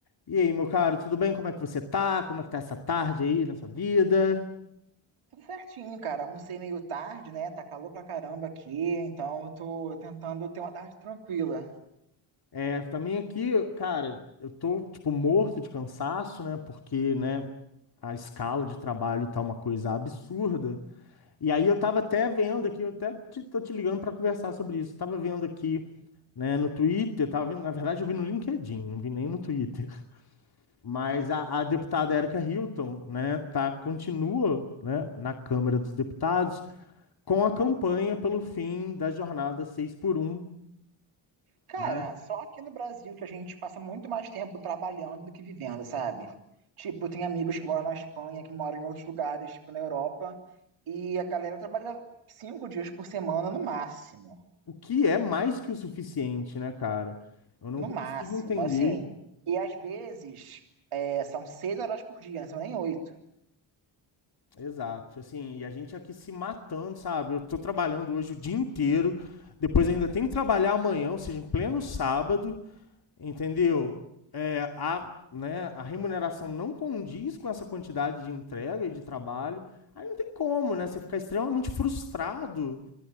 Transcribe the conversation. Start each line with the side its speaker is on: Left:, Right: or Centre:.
Left: E aí, meu caro, tudo bem? Como é que você tá? Como é que tá essa tarde aí na sua vida?
Right: Tudo certinho, cara. Almocei meio tarde, né? Tá calor pra caramba aqui, então eu tô tentando ter uma tarde tranquila.
Left: É, também aqui, cara, eu tô, tipo, morto de cansaço, né? Porque, né, a escala de trabalho tá uma coisa absurda. E aí eu tava até vendo aqui, eu até te- tô te ligando pra conversar sobre isso. Eu tava vendo aqui, né, no Twitter, tava vendo, na verdade eu vi no LinkedIn, não vi nem no Twitter. <laughs> Mas a, a deputada Erika Hilton, né, tá, continua, né, na Câmara dos Deputados. com a campanha pelo fim da jornada 6 por um,
Right: Cara,
Left: né?
Right: só aqui no Brasil que a gente passa muito mais tempo trabalhando do que vivendo, sabe? Tipo, tem amigos que moram na Espanha, que moram em outros lugares, tipo na Europa, e a galera trabalha cinco dias por semana no máximo.
Left: O que é mais que o suficiente, né, cara? Eu não
Right: No
Left: consigo
Right: máximo,
Left: entender.
Right: assim. E às vezes é, são seis horas por dia, não são nem oito.
Left: Exato. Assim, e a gente aqui se matando, sabe? Eu tô trabalhando hoje o dia inteiro, depois ainda tem que trabalhar amanhã, ou seja, em pleno sábado, entendeu? É, a, né, a remuneração não condiz com essa quantidade de entrega e de trabalho. Aí não tem como, né? Você ficar extremamente frustrado